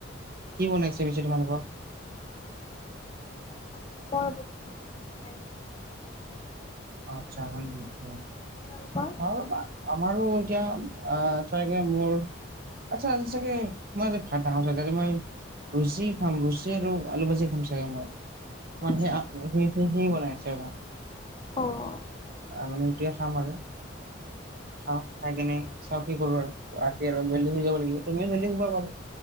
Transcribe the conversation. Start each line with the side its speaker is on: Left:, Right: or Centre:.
Right: কি বনাইছে পিছে তোমালোকৰ?
Left: গম নাপাওঁ কি বনাইছে সুধাই নাই।
Right: আচছা হয় নেকি?
Left: আপোনালোকৰ
Right: ধ আমাৰো এতিয়া চাগে। মোৰ আচ্ছা আজি চাগে মই আজ ভাত খা চাগে আ মই ৰুচী খাম ৰুচী আৰু আলু ভাজি খাম চাগে মই।
Left: আচ্ছা
Right: মানে সি-সি-সি-সি বনাই আছে ৰবা।
Left: অ ভালে দিয়ক
Right: মানে এইটোৱে খাম আৰু। চাওঁ চাই কিনে চাওঁ কি কৰো আৰু ৰাতি আৰু জল্দি শুই যাব লাগিব তুমিও জল্দি শুবা বাৰু।